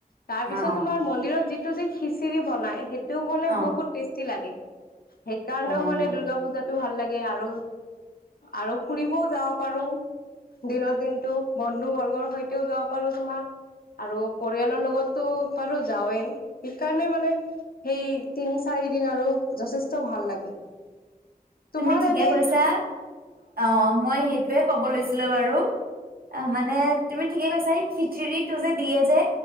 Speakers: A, on the left; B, on the right.
A: তাৰ
B: অ
A: পিছত। তোমাৰ মন্দিৰত যি টো যে খিচিৰি বনাই সেইটো টো বনাই
B: অ
A: বহুত টেষ্টি লাগে সেইকাৰণেও
B: অ
A: মানে দুৰ্গা পুজাত ভাল লাগে আৰু আৰু ফুৰিবওঁ যাব পাৰো দিনত দিনটো বন্ধু বৰ্গৰ সৈতেও যাব পাৰো তোমাৰ আৰু পৰিয়ালৰ লগতো পাৰো যাওঁৱে সেইকাৰণে মানে সেই তিনি চাৰি দিন আৰু যথেষ্ট ভাল লাগে
B: তুমি
A: তোমাৰ
B: ঠিকে
A: এনে
B: কৈছা
A: কি
B: অ মই সেইটোৱে ক'ব লৈছিলো বাৰু অ মানে তুমি ঠিকে কৈছা এই খিচিৰিটো যে দিয়ে যে